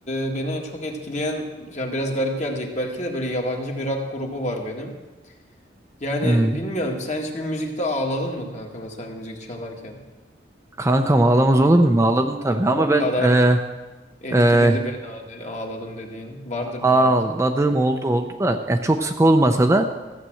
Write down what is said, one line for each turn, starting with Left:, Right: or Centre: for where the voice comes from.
Left: e, beni en çok etkileyen yani biraz garip gelecek belki de böyle yabancı bir rock grubu var benim. Yani
Right: hmm.
Left: bilmiyorum sen hiç bir müzikte ağladın mı kanka mesela müzik çalarken?
Right: Kankam ağlamaz olur muyum? Ağladım tabii ama
Left: O
Right: ben
Left: kadar
Right: e,
Left: etkiledi
Right: e,
Left: beni hani ağladım dediğin vardır
Right: ağladığım
Left: illa ki.
Right: oldu oldu da ya çok sık olmasa da